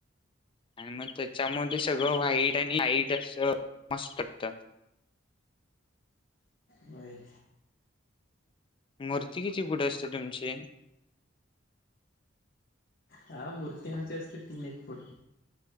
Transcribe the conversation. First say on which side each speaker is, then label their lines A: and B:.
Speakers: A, on the left (about 25°); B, on the left (about 50°).
A: आणि मग त्याच्यामध्ये सगळं व्हाईट आणि लाईट अस मस्त वाटत <inaudible>
B: होय
A: मूर्ती किती फुट असते तुमची
B: हा मूर्ती आमची असते तीन एक फूट